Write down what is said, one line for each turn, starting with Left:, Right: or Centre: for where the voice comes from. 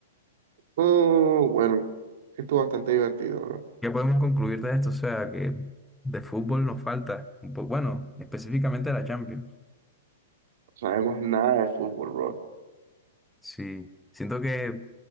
Right: no, bueno, estuvo bastante divertido, bro. No
Centre: ¿Qué podemos concluir de esto? O sea, que de fútbol nos falta. un po- Bueno, específicamente la Champions.
Right: sabemos nada de fútbol, bro.
Centre: Sí. Siento que